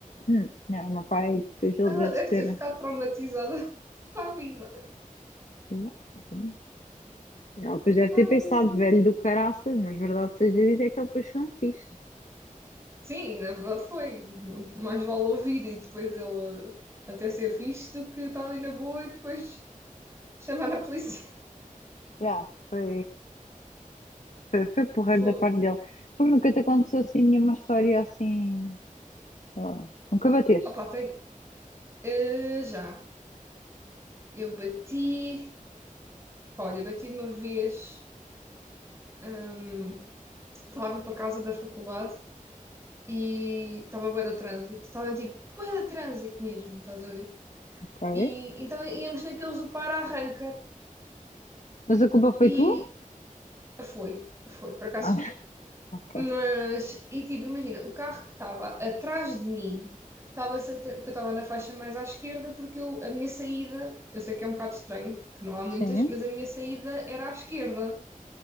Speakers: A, on the left; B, on the right.
A: hum, não, o meu pai, depois ele
B: ela
A: deve
B: deve
A: ter.
B: ter ficado traumatizada <laughs> para a vida.
A: Não, não. Ele depois deve
B: Ai,
A: ter pensado,
B: meu Deus.
A: velho do caraças, mas verdade seja dita, é que ele depois foi um fixe, né?
B: Sim, na verdade foi. Mais vale ouvir e depois ele eh, até ser fixe do que estar ali na boa e depois chamar a polícia.
A: Já. Foi, foi, foi porreiro
B: <laughs> Fogo.
A: da parte dele. Porque nunca te aconteceu assim nenhuma história assim. sei lá. Nunca bateste,
B: Opa, tem. eh, já. Eu bati. Olha, bati uma vez. hum, Estava a vir para casa da faculdade e estava bué de trânsito. Estava tipo bué de trânsito mesmo, estás a ver?
A: ok?
B: E então íamos naqueles do para-arranca
A: Mas a culpa foi
B: e
A: tua?
B: foi, foi, por acaso
A: Ah,
B: foi.
A: ok.
B: Mas, e tipo, imagina, o carro que estava atrás de mim, estava-se a ten- porque eu estava na faixa mais à esquerda, porque eu, a minha saída, eu sei que é um bocado estranho, porque não há muitas,
A: Sim,
B: mas a minha saída era à esquerda,